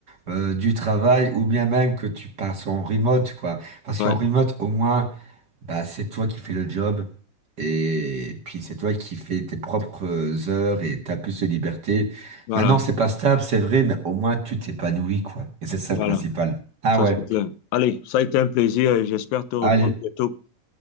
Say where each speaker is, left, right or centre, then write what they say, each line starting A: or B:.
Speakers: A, on the right; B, on the left.
A: euh, du travail ou bien même que tu passes en remote, quoi. Parce
B: Ouais,
A: qu'en remote, au moins, bah, c'est toi qui fais le job et puis c'est toi qui fais tes propres heures et t'as plus de liberté.
B: voilà,
A: Maintenant, c'est pas stable, c'est vrai, mais au moins tu t'épanouis, quoi. Et c'est ça
B: voilà,
A: le principal. Ah
B: ça
A: ouais.
B: c'est clair. Allez, ça a été un plaisir et j'espère te reprendre
A: Allez,
B: bientôt.